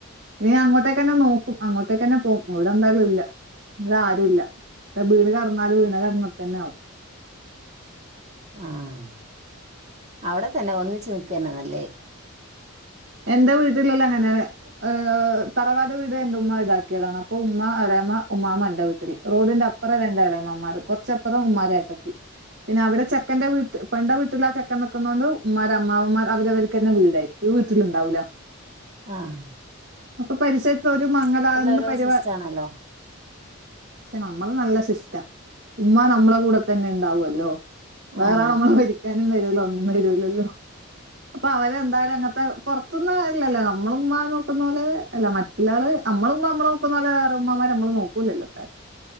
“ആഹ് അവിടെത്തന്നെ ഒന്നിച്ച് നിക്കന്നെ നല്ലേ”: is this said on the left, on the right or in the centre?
Right